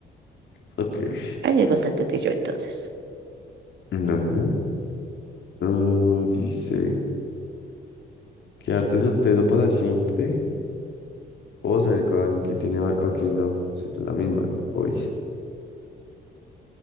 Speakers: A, on the left; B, on the right.
A: ok.
B: Alguien más alto que yo, entonces.
A: Ajá. Mm, dice, quedarte soltero para siempre o salir con alguien que tiene... va- Ok, no, esa es la misma. Hoy.